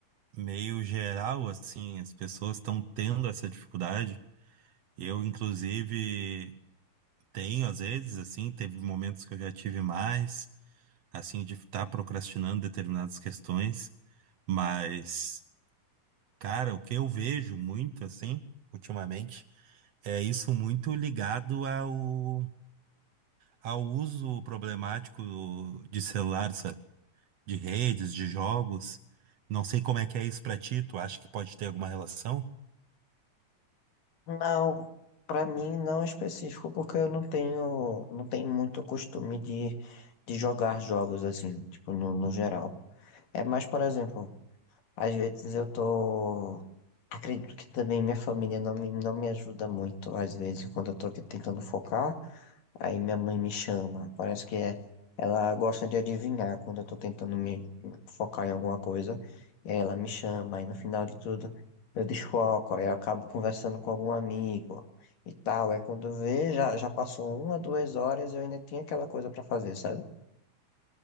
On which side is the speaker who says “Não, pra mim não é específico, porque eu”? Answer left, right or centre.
Left